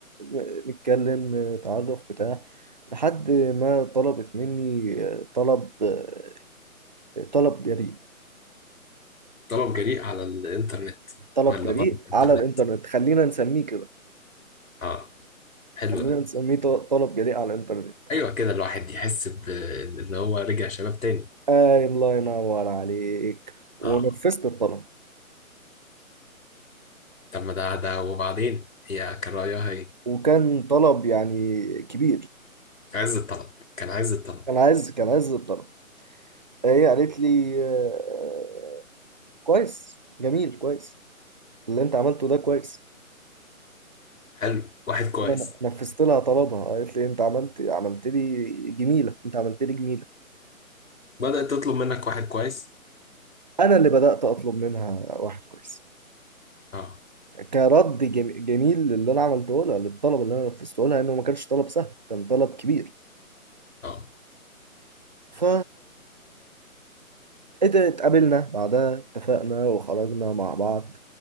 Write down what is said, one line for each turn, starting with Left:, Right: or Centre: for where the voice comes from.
Right: آه، نتكلم نتعرف بتاع لحد ما طلبت مني آه، طلب آه، طلب جريء
Left: طلب جريء على الانترنت
Right: طلب
Left: ولا
Right: جريء
Left: بره الانترنت
Right: على الإنترنت خلينا نسميه كده
Left: اه حلو
Right: خلينا
Left: ده
Right: نسميه ط- طلب جريء على الإنترنت
Left: ايوه كده الواحد يحس ب- ان هو رجع شباب تاني
Right: آه الله ينور عليك ونفذت
Left: اه
Right: الطلب
Left: طب ما ده ده وبعدين هي كان رايها ايه
Right: وكان طلب يعني كبير
Left: عز الطلب كان عز الطلب
Right: كان عايز كان عايز الطلب هي قالت لي آه، كويس جميل كويس اللي انت عملته ده كويس
Left: حلو واحد كويس
Right: انا نفذت لها طلبها قالت لي انت عملت عملت لي جميله انت عملت لي جميله
Left: بدأت تطلب منك واحد كويس
Right: انا اللي بدات اطلب منها واحد كويس
Left: اه
Right: كرد جم- جميل للي انا عملته لها للطلب اللي انا نفذته لها انه ما كانش طلب سهل كان طلب كبير
Left: اه
Right: ف إت- اتقابلنا بعدها اتفقنا وخرجنا مع بعض